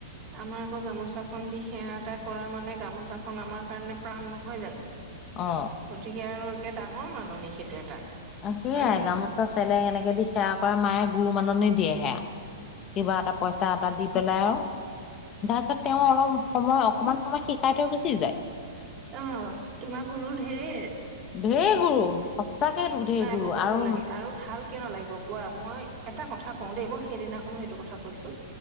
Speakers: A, on the right; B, on the left.
A: আমাৰ আকৌ গামোচাখন দি সেৱা এটা কৰা মানে গামোচাখন আমাৰ কাৰণে প্ৰাণ নহয় জানো।
B: অ
A: গতিকে আৰু একে ডাঙৰ মানুহ নিে সেইটো এটা <inaudible>
B: সেয়াই
A: হয় নে নহয়?
B: গামোচা চেলেং এনেকে দি সেৱা কৰে মায়ে গুৰু মাননি দিয়ে সেয়া কিবা এটা পইচা এটা দি পেলাই আৰু তাৰপিছত তেওঁ অলপ সময় অকমান সময় শিকাই থৈ গুচি যায়।
A: অ' তোমাৰ গুৰু ঢেৰ
B: ধেই গুৰু সঁচাকেতো ঢেৰ
A: নাই
B: গুৰু
A: বহুত
B: আৰু
A: ভাল লাগে আৰু ভাল কিয় নালাগিব কোৱা মই এটা কথা কওঁ দেই মই সেইদিনাখনো এইটো কথা কৈছো